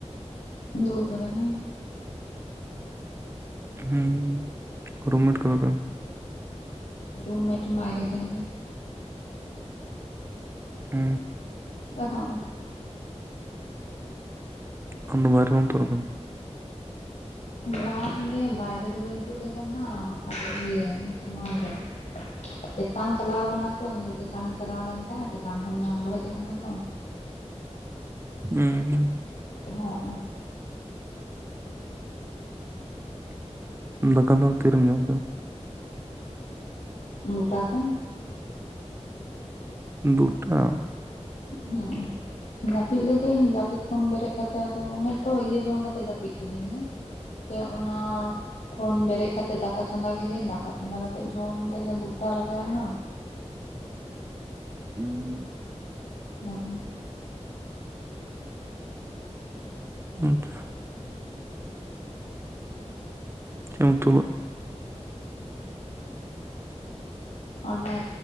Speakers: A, on the left; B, on the right.
A: ᱫᱩᱲᱩᱵ ᱟᱠᱟᱱᱟᱹᱧ᱾
B: ᱦᱩᱸ, ᱨᱩᱢ ᱢᱮᱴ᱾ <inaudible>
A: ᱨᱩᱢ ᱢᱮᱴ ᱵᱟᱭᱨᱮ ᱥᱮᱱ ᱨᱮ᱾
B: ᱚ᱾
A: <unintelligible>
B: ᱟᱢ ᱫᱚ ᱵᱟᱭᱨᱮ ᱨᱮᱢ ᱛᱩᱫ ᱠᱟᱱᱟ?
A: ᱵᱟᱝᱜᱮ ᱵᱟᱭᱨᱮ ᱫᱚ ᱵᱟᱹᱧ ᱛᱩᱫ ᱟᱠᱟᱱᱟ ᱟᱫᱚ ᱤᱭᱟᱹ <inaudible> ᱪᱮᱛᱟᱱ ᱪᱟᱞᱟᱣ ᱠᱟᱱᱟ ᱠᱚ ᱤᱧᱫᱚ ᱪᱮᱛᱟᱱᱤᱧ ᱪᱟᱞᱟᱣ ᱞᱮᱱ ᱛᱟᱦᱮᱸᱜ ᱟᱨ ᱪᱮᱛᱟᱱ ᱠᱷᱚᱱᱤᱧ ᱟᱬᱜᱚ ᱦᱮᱡ ᱟᱠᱟᱱᱟ ᱛᱚ᱾
B: ᱩᱸ ᱩᱸ᱾
A: ᱦᱚᱸᱜᱼᱚ᱾
B: ᱫᱟᱠᱟ ᱫᱚ ᱛᱤᱨᱮᱢ ᱡᱚᱢ ᱠᱮᱫᱟ?
A: ᱫᱩᱴᱟ ᱥᱮᱱ᱾
B: ᱫᱩᱴᱟ?
A: ᱦᱩᱸ ᱩᱸ᱾ ᱡᱟᱹᱯᱤᱫ ᱞᱤᱫᱟᱹᱧ ᱡᱟᱹᱯᱤᱫ ᱠᱷᱚᱱ ᱵᱮᱨᱮᱫ ᱠᱟᱛᱮ ᱟᱫᱚ ᱚᱱᱮ ᱛᱚ ᱤᱭᱟᱹ ᱡᱚᱢ ᱠᱟᱛᱮᱜ ᱡᱟᱹᱯᱤᱫ ᱠᱤᱫᱟᱹᱧ, ᱦᱮᱸ᱾ ᱛᱮ ᱚᱱᱟ ᱠᱷᱚᱱ ᱵᱮᱨᱮᱫ ᱠᱟᱛᱮᱜ ᱫᱟᱠᱟ ᱪᱚᱸᱫᱟ ᱠᱤᱫᱟᱹᱧ ᱫᱟᱠᱟ ᱪᱚᱸᱫᱟ ᱠᱟᱛᱮᱜ ᱡᱚᱢ ᱛᱮᱜᱮ ᱫᱩᱴᱟ ᱵᱟᱡᱟᱣ ᱮᱱᱟ᱾
B: ᱩᱸ᱾
A: <unintelligible>
B: <inaudible> ᱪᱮᱫ ᱮᱢ ᱩᱛᱩ ᱞᱟᱜ-ᱟ?
A: ᱚᱱᱮ